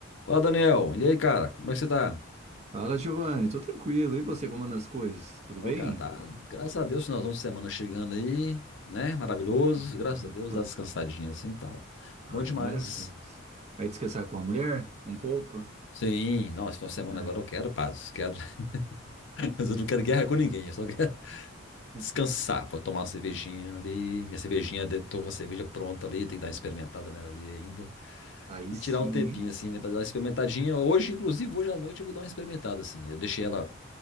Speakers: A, on the left; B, on the right.
A: Fala, Daniel. E aí, cara? Como é que você tá?
B: Fala, Giovanni, tô tranquilo. E você, como anda as coisas? Tudo
A: Ó,
B: bem?
A: cara, tá. Graças a Deus, finalzão de semana chegando aí, né? Maravilhoso.
B: Ah,
A: Graças a Deus,
B: pô-
A: dá uma descansadinha assim e tal.
B: Ai,
A: Bom demais.
B: maravilhoso. Vai descansar com a mulher? Um pouco?
A: Sim, não, esse final de semana
B: Ai.
A: agora eu quero paz, quero, <laughs> mas eu não quero guerra com ninguém, eu só quero <laughs>
B: <laughs>
A: descansar. Vou tomar uma cervejinha ali, minha cervejinha, de- tô com a cerveja pronta ali, tem que dar uma experimentada nela ali ainda.
B: Aí
A: E
B: sim,
A: tirar um tempinho
B: hein?
A: assim, né, pra dar uma experimentadinha. Hoje, inclusive, hoje à noite eu vou dar uma experimentada assim. Eu deixei ela